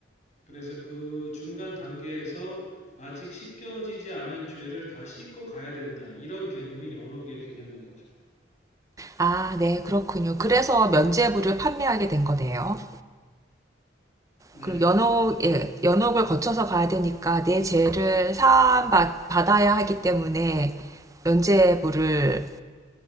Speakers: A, on the left; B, on the right.
A: 그래서 그 중간 단계에서 아직 씻겨지지 않은 죄를 다 씻고 가야 된다. 이런 개념이 연옥의 개념인 거죠.
B: 아, 네, 그렇군요. 그래서 면죄부를 판매하게 된 거네요.
A: 네네.
B: 그럼 연옥, 예, 연옥을 거쳐서 가야 되니까 내 죄를 사함받아야 하기 때문에 면죄부를